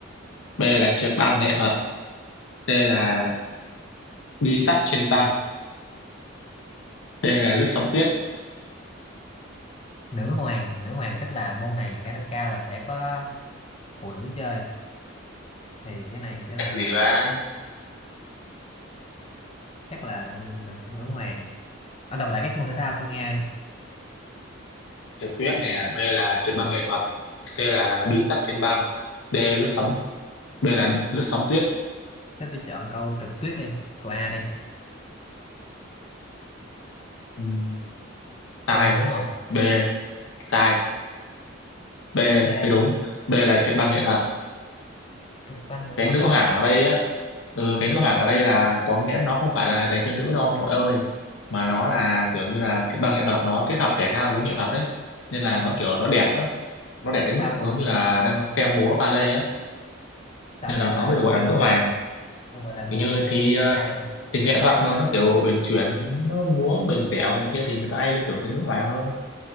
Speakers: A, on the left; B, on the left.
A: b là trượt băng nghệ thuật c là bi sắt trên băng d là lướt sóng tuyết
B: nữ hoàng nữ hoàng tức là môn này khả năng cao là sẽ có phụ nữ chơi thì cái này sẽ là
A: chắc gì ba
B: chắc là nữ nữ hoàng ở đọc lại các môn thể thao tôi nghe
A: trượt tuyết nè B là trượt băng nghệ thuật C là bi sắt trên băng D lướt sóng B là lướt sóng tuyết
B: thế tôi chọn câu trượt tuyết đi câu A đi
A: Ừm, sai
B: câu A đúng không
A: B sai B
B: C
A: B đúng B là trượt băng nghệ thuật
B: trượt băng nghệ
A: cái
B: thuật
A: nữ
B: á
A: hoàng ở đây á ừ, cái nữ hoàng ở đây là có nghĩa nó không phải là dành cho nữ đâu ông nội ơi mà nó là kiểu như là trượt băng nghệ thuật nó kết hợp thể thao với nghệ thuật đấy nên là nó kiểu nó đẹp á nó đẹp đến
B: sao
A: mức
B: không gọi
A: giống như là đang xem múa ballet á
B: sao
A: nên
B: ông
A: là
B: gọi là
A: nó mới được gọi
B: vua
A: là nữ hoàng
B: trời ông gọi là vua
A: kiểu như
B: vua
A: thi
B: cũng đẹp trai vậy.
A: thì nghệ thuật mà nó kiểu uyển chuyển nó múa mềm dẻo này kia thì người ta hay liên tưởng tới nước ngoài hơn